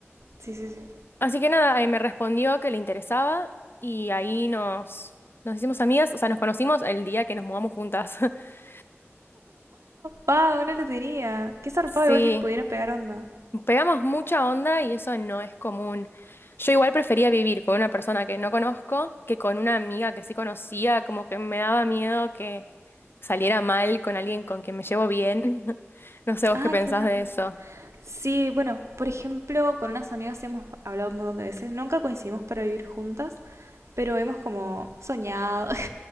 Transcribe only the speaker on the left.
Así que nada, eh, me respondió que le interesaba y ahí nos, nos hicimos amigas, o sea, nos conocimos el día que nos mudamos juntas. <laughs>
Sí,
pegamos mucha onda y eso no es común. Yo igual prefería vivir con una persona que no conozco que con una amiga que sí conocía, como que me daba miedo que saliera mal con alguien con quien me llevo bien. <laughs> No sé vos
qué pensás
de eso.